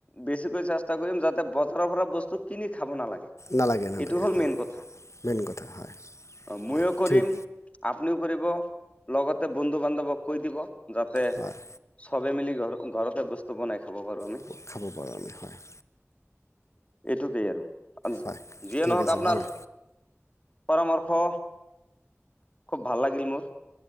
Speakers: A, on the left; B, on the left.
A: বেছিকৈ চেষ্টা কৰিম যাতে বজাৰৰ পৰা বস্তু কিনি খাব নালাগে!
B: নালাগে নালাগে
A: এইটো হ'ল
B: হয়!
A: মেইন কথা।
B: মেইন কথা হয়
A: ময়ো
B: হয়
A: কৰিম,
B: ঠিক?
A: আপুনিও কৰিব লগতে বন্ধু বান্ধৱক কৈ দিব! যাতে
B: হয়
A: ফেমিলি ঘৰতে বস্তু বনাই <inaudible> খাবপাৰোআমি
B: <unintelligible> খাবপাৰোআমিহয়।
A: এইটোকেই আৰু
B: হয়
A: যিয়ে
B: ঠিক
A: নহক
B: আছে
A: আপোনাৰ
B: ভালে
A: পৰামৰ্শ খুব ভাল লাগিল মোৰ!